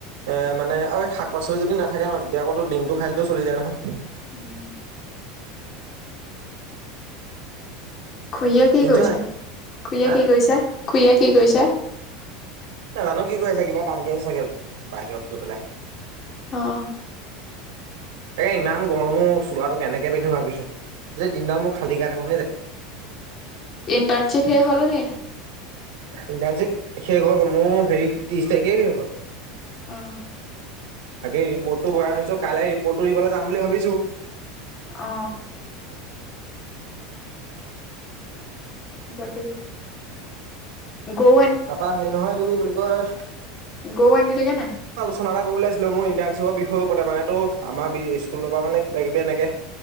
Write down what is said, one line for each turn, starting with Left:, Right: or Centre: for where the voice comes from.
Right: এ, মানে আৰু এই শাক পাচলি যদি নাথাকে ন' তেতিয়া আকৌ তোৰ ডিম টো খাইলটো চলি যায় নহয়।
Left: উম। খুৰীয়ে কি
Right: শুনিছ
Left: কৰিছে?
Right: নাই
Left: খুৰীয়ে
Right: হা
Left: কি কৰিছে? খুৰীয়ে কি কৰিছে?
Right: নাজানো কি কয় আছে কিবা কাম কৰিম চাগে, বাহিৰত গৈ পেলাই।
Left: আহ
Right: তাকে ইমান গৰমো চোলাটো কেনেকে পিন্ধো ভাবিছো যে দিনডাল মোৰ খালী কৰোঁতে যায়
Left: ইণ্টাৰ্নশিপ সেই হ'লনে?
Right: ইনট্ৰানশিব শেষ হ'ল, মোৰ হেৰি ত্ৰিশ তাৰিখে শেষ হ'ল।
Left: অ
Right: আগে ৰিপৰ্টটো বনাই থৈছো, কাইলৈ ৰিপৰ্টটো দিবলৈ যাম বুলি ভাবিছো।
Left: অ যাবি গৰু
Right: তাৰাপৰা হেৰি নহয় এইটো কি বুলি কয়-
Left: গোৱা নিল গে নাই-
Right: কিবা এটা কবলৈ আহিছিলোঁ মোৰ ইণ্টাৰ্শ্বিপৰ বিষয় ওপৰতে মানে তো আমাৰ স্কুলৰ পৰা মানে কিবা কিবি এনেকে-